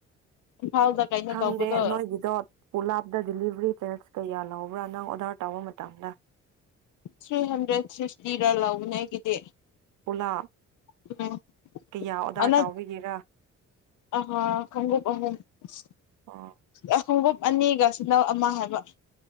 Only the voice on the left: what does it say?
ꯏꯝꯐꯥꯜꯗ ꯀꯩꯅꯣ
ꯇꯧꯕꯗꯣ
ꯊ꯭ꯔꯤ ꯍꯟꯗ꯭ꯔꯦꯠ ꯁꯤꯛꯁꯇꯤꯔ ꯂꯧꯕꯅꯦ ꯑꯩꯒꯤꯗꯤ
ꯎꯝ
ꯑꯅ
ꯑ ꯈꯪ <unintelligible>
ꯑꯦ ꯈꯣꯡꯎꯞ ꯑꯅꯤꯒ ꯁꯤꯅꯧ ꯑꯃ ꯍꯥꯏꯕ